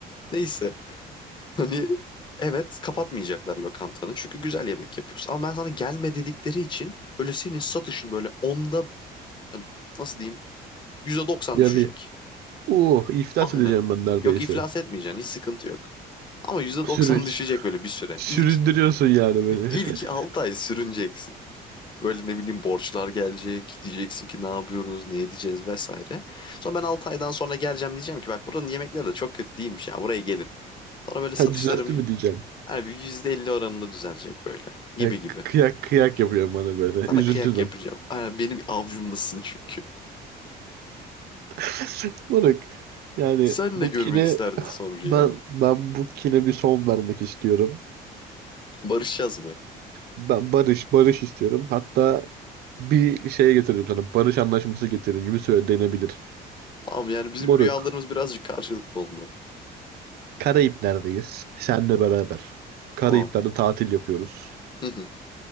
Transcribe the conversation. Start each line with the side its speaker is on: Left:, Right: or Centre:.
Left: Neyse. Hani evet kapatmayacaklar lokantanı. Çünkü güzel yemek yapıyorsun. Ama ben sana gelme dedikleri için böyle senin satışın böyle onda yani nasıl diyeyim %90
Right: Yarı.
Left: düşecek.
Right: Oh, iflas
Left: Aynen.
Right: edeceğim ben neredeyse.
Left: Yok iflas etmeyeceksin. Hiç sıkıntı yok. Ama yüzde doksan
Right: Sürün,
Left: düşecek böyle bir süre.
Right: süründürüyorsun
Left: İlk
Right: yani beni.
Left: ilk
Right: <laughs>
Left: 6 ay sürüneceksin. Böyle ne bileyim borçlar gelecek. Diyeceksin ki ne yapıyoruz, ne edeceğiz vesaire. Sonra ben 6 aydan sonra geleceğim diyeceğim ki bak buranın yemekleri de çok kötü değilmiş ya buraya gelin. Sonra böyle satışların
Right: Ha, düzeltti
Left: bir,
Right: mi diyeceksin?
Left: yani bir %50 oranında düzelecek böyle gibi
Right: Ha,
Left: gibi.
Right: kıyak kıyak yapıyor bana böyle.
Left: Sana
Right: Üzüldüm
Left: kıyak yapacağım. Ha, benim avcumdasın çünkü.
Right: <laughs> Moruk yani
Left: Sen
Right: bu
Left: de görmek
Right: kine
Left: isterdin son rüyanı.
Right: ben ben bu kine bir son vermek istiyorum.
Left: Barışacağız mı?
Right: Ben barış barış istiyorum. Hatta bir şeye getiririm sana. Barış anlaşması getiririm gibi söyle denebilir.
Left: Tamam yani bizim
Right: Moruk
Left: rüyalarımız birazcık karşılıklı oldu.
Right: Karayipler'deyiz. Senle beraber. Karayipler'de
Left: Tamam.
Right: tatil yapıyoruz.
Left: Hı hı.